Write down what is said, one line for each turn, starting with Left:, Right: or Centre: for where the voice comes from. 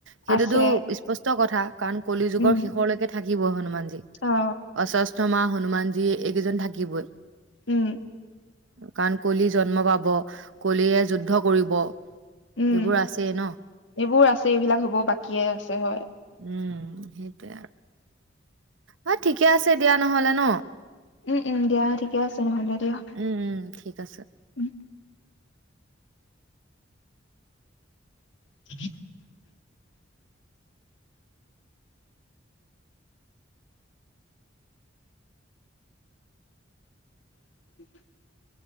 Right: সেইটো
Left: আছে
Right: টো স্পষ্ট কথা কাৰণ কলি যুগৰ
Left: উম
Right: শেষলৈকে থাক কি ব হনুমান
Left: অ
Right: অস্বস্থমা হনুমান জী, এইকেইজন থাকিবই।
Left: উম।
Right: কাৰণ কলি জন্ম পাব, কলিয়ে যুদ্ধ কৰিব।
Left: উম,
Right: এইবোৰ আছেই ন
Left: এইবোৰ আছে এইবিলাক হ'ব বাকিয়ে আছে হয়।
Right: উম, সেইটোয়ে আৰু অ ঠিকে আছে দিয়া নহলে ন
Left: উম উম দিয়া ঠিকে আছে নহ'লে দিয়া
Right: উম উম ঠিক আছে।
Left: উম <unintelligible> <unintelligible>